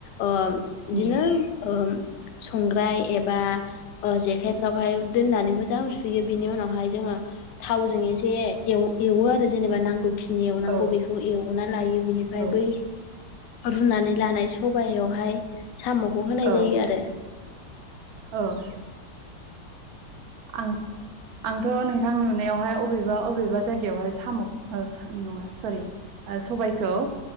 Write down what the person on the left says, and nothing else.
ओ बिदिनो
ओ संग्राय एबा ओ जेखायफ्रावहाय दोननानै मोजां सुयो बेनि उनावहाय जोङो थावजों एसे एव एवो आरो जेनेबा नांगौखिनि एवनांगौ
बेखौ एवना लायो बिनिफ्राय
बै रुनानै लानाय सबायावहाय साम'खौ होनाय
जायो आरो